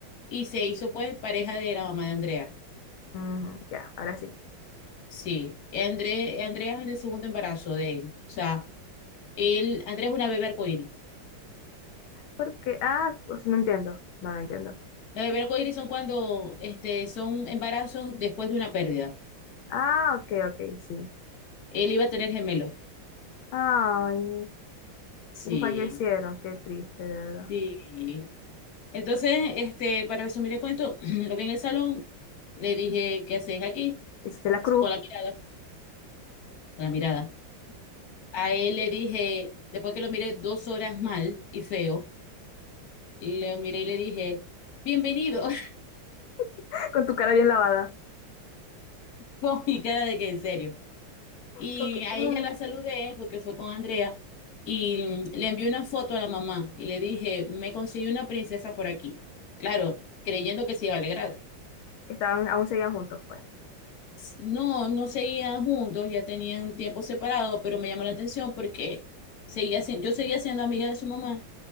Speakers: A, on the left; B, on the left.
A: y se hizo pues pareja de la mamá de Andrea.
B: Ujú, ya, ahora sí.
A: Sí, André, Andrea es el segundo embarazo de él. O sea, él, Andrea es una bebé arcoíris.
B: Porque, ah, pues no entiendo, no lo entiendo.
A: Las bebés arcoíris son cuando este, son embarazos después de una pérdida.
B: Ah, ok, ok, sí.
A: Él iba a tener gemelos.
B: Ay,
A: Sí,
B: y fallecieron, qué triste, de verdad.
A: sí. Entonces, este, para resumir el cuento, <clears throat> lo vi en el salón, le dije, ¿qué haces aquí?
B: Hiciste la
A: Sacó
B: cruz
A: la mirada. la mirada. A él le dije, después que lo miré dos horas mal y feo, le miré y le dije, bienvenido, <laughs>
B: <laughs> con tu cara bien lavada.
A: con mi cara de que en serio. Y
B: Como que,
A: a
B: mm,
A: ella la saludé porque fue con Andrea y le envié una foto a la mamá y le dije, me conseguí una princesa por aquí. Claro, creyendo que se iba a alegrar.
B: que estaban, aún seguían juntos, pues.
A: No, no seguían juntos, ya tenían tiempo separado, pero me llamó la atención porque seguía sin- yo seguía siendo amiga de su mamá